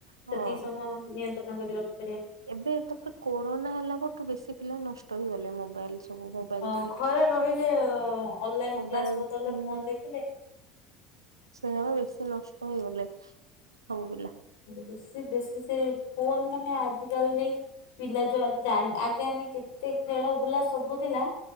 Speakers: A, on the right (about 85°); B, on the left (about 60°).
A: ହଁ।
B: ସେତିକି ସମୟ ନିୟନ୍ତ୍ରଣ କରି ରଖ
A: ଏବେ ତାପରେ କୋରୋନା ହେଲା ପରଠୁ ବେଶୀ ପିଲା ନଷ୍ଟ ହେଇଗଲେ ମୋବାଇଲ ସବୁ ମୋବାଇଲ
B: ହଁ
A: ଧରିକି
B: ଘରେ ରହିଲେ ଅନଲାଇନ
A: ମୋବାଇଲ
B: କ୍ଲାସ ବଦଳରେ ଫୋନ ଦେଖିଲେ
A: ସେଇଆ ବା ବେଶୀ ନଷ୍ଟ ହେଇଗଲେ ସବୁ ପିଲା।
B: ବେଶୀ ବେଶୀ ସେ ଫୋନ ମାନେ ଆଜିିକାଲି ପିଲା ଯୋଉ ଆଜି ଜାଣିବା ଆଗେ ଆମେ କେତେ ଖେଳ ବୁଲା ସବୁ ଥିଲା